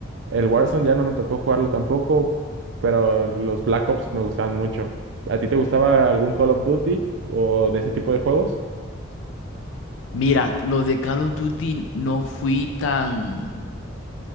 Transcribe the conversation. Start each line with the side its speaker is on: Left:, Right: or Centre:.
Right: El Warzone ya no me tocó jugarlo tampoco, pero los Black Ops me gustaban mucho. ¿A ti te gustaba algún Call of Duty o de ese tipo de juegos?
Left: Mira, los de Call of Duty no fui tan,